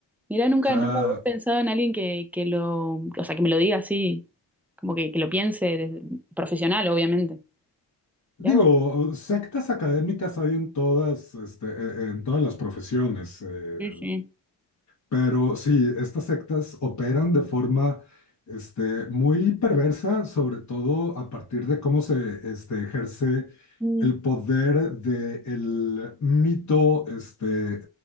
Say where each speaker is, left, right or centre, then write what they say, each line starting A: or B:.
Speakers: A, in the centre; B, on the left.
A: Mirá, nunca,
B: O sea,
A: nunca había pensado en alguien que, que lo, o sea, que me lo diga así, como que, que lo piense desde- profesional, obviamente.
B: Digo,
A: Mirá vos.
B: sectas académicas hay en todas, este, e- e, en todas las profesiones, eh,
A: Sí, sí.
B: pero sí, estas sectas operan de forma, este, muy perversa, sobre todo a partir de cómo se, este, ejerce
A: Mm.
B: el poder del mito, este, eh,